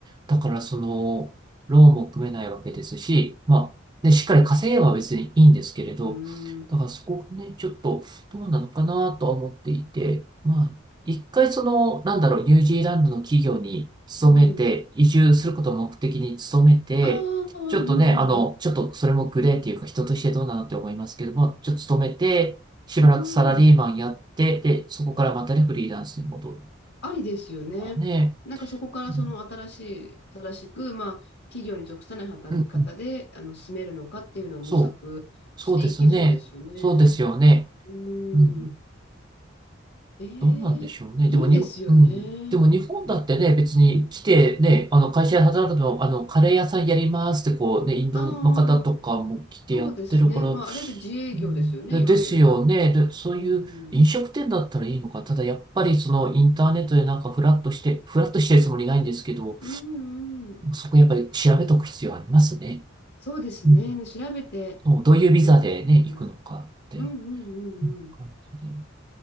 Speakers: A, on the right; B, on the left.
A: だからその、ローンも組めないわけですし、まあ、で、しっかり稼げば別にいいんですけれど、
B: うん。
A: だからそこがね、ちょっとどうなのかなとは思っていて、まあ、一回その、なんだろう、ニュージーランドの企業に勤めて、
B: うん。
A: 移住することを目的に勤めて、
B: ああ、うんうん
A: ちょっとね、あの、ちょっとそれもグレーっていうか人としてどうなのって思いますけども、ちょっと勤めて、しばらくサラリーマンやって、
B: うん。うん。
A: で、そこからまたね、フリーランスに戻ると
B: ありですよね。
A: かね。
B: なんかそこからその新しい、
A: うん、
B: 新しく、まあ、企業に属さない働き方で、
A: うん、うん
B: あの、進めるのかっていうのを模索していけそうですよね。
A: そう。そうですね。そうですよね。
B: うん。
A: うん。
B: ええいいですよね。
A: どうなんでしょうね。でもに、うん。でも日本だってね、別に来てね、
B: うん。
A: あの会社で働くとあの、カレー屋さんやりますってこうね、インドの方とかも来てやってるから、
B: ああ、ああそうですね。まあ、
A: う
B: あれで自営業ですよね、
A: んで、
B: いわゆる。
A: ですよね。で、そういう飲食店だったらいいのか。
B: うん。
A: ただやっぱりそのインターネットでなんかフラッとして、フラッとしてるつもりないんですけど、
B: うん、うん。
A: そこやっぱり調べとく必要ありますね。
B: そうですね。
A: うん。
B: 調べて
A: そうどういうビザでね、
B: い、いくなら。
A: 行くのかって
B: うん、うん、うん、
A: うん感じで。
B: うん。